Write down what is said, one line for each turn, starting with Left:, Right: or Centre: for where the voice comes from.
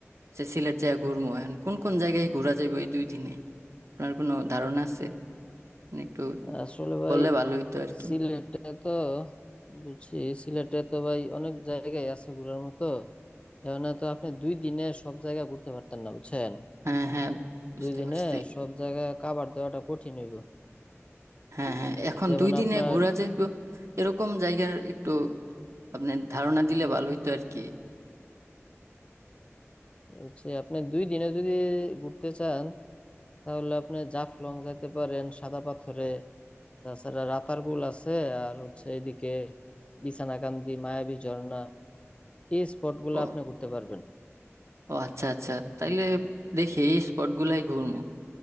Right: যে সিলেট জায়গা ঘুরবো এখন কোন কোন জায়গায় ঘোরা যাবে এই দুই দিনে আপনার কোনো ধারণা আছে মানে একটু
Left: আসলে ভাই
Right: বললে ভালো হতো আর কি
Left: সিলেটে তো বুঝছি সিলেটে তো ভাই অনেক জায়গায় আছে ঘোরার মতো এখানে তো আপনি দুই দিনে সব জায়গা ঘুরতে পারতেন না বুঝছেন
Right: হ্যাঁ হ্যাঁ বুঝতে
Left: দুই দিনে
Right: পারছি
Left: সব জায়গা কাভার দেওয়াটা কঠিন হইব
Right: হ্যাঁ হ্যাঁ এখন
Left: যেমন
Right: দুই দিনে
Left: আপনার
Right: ঘোরা যাইব এরকম জায়গার একটু আপনি ধারণা দিলে ভালো হইতো আর কি
Left: হচ্ছে আপনি দুই দিনে যদি ঘুরতে চান তাহলে আপনি জাফলং যাইতে পারেন সাদা পাথরে তাছাড়া রাতারগুল আছে আর হচ্ছে এদিকে বিছানাকান্দি মায়াবী ঝর্ণা এই স্পটগুলো
Right: ও
Left: আপনি ঘুরতে পারবেন
Right: ও আচ্ছা আচ্ছা তাইলে দেখি এই স্পটগুলাই ঘুরমু